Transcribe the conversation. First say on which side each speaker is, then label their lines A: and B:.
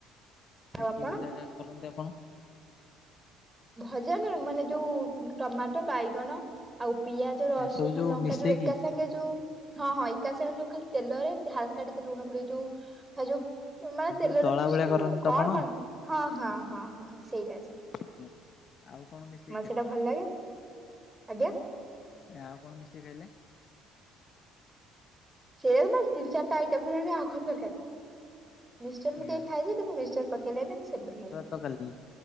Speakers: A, on the right (about 15°); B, on the left (about 40°).
A: ଆଉ
B: ଆ
A: ଆପଣ
B: କିଏ ଭଜା କରନ୍ତି ଆପଣ?
A: ଭଜା ନୁହେଁ, ମାନେ ଯଉ ଟମାଟୋ, ବାଇଗଣ। ଆଉ ପିଆଜ, ରସୁଣ,
B: ଏସବୁ ଯୋଉ
A: ଲଙ୍କା
B: ମିଶେଇକି
A: ଯଉ ଏକା ସାଙ୍ଗେ ଯଉ। ହଁ ହଁ, ଏକା ସାଙ୍ଗେ ଯଉ ଖାଲି ତେଲରେ ହାଲ୍କା ଟିକେ ଲୁଣ ପଡ଼ିକି ଯଉ। ଯଉ ମାନେ
B: ଯୋଉ
A: ତେଲରେ
B: ଦଳା
A: ଫାସ୍‌
B: ଭଳିଆ କରନ୍ତି ତ
A: କ'ଣ
B: ଆପଣ?
A: କ'ଣ? ହଁ ହଁ ହଁ ହଁ ସେଇଟା।
B: <inaudible> ଆଉ କ'ଣ ମିଶେଇକି
A: ମ
B: ଖାଇଲେ?
A: ସେଇଟା ଭଲ୍ ଲାଗେ, ଆଜ୍ଞା।
B: ଆଉ କ'ଣ ମିଶେଇ ଖାଇଲେ?
A: ମାନ୍‌ ତିିନ୍‌ ଚାର୍ଟା ଆଇଟମ୍ ହେଲାଣି, ଆଉ କ'ଣ ଦର୍କାର୍। ମିଶ୍ଚର୍ ପକେଇ
B: ଆଜ୍ଞା
A: ଖାଏଯେ, କିନ୍ତୁ ମିଶ୍ଚର୍ ପକେଇଲିନି ସେମ୍ତି ଖାଇଲି।
B: ଗତ କାଲି,